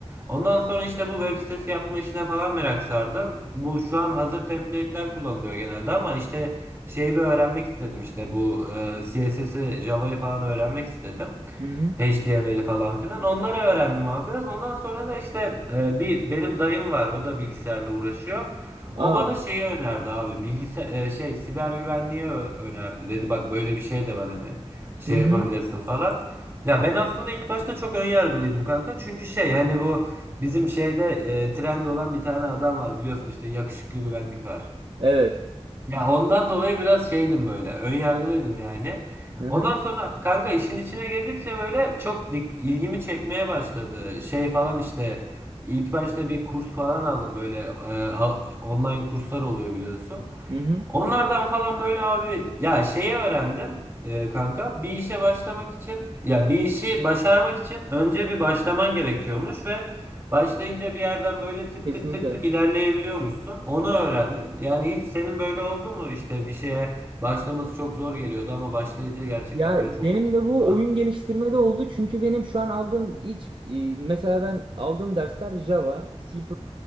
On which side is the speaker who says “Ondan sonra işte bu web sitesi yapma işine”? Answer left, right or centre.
Right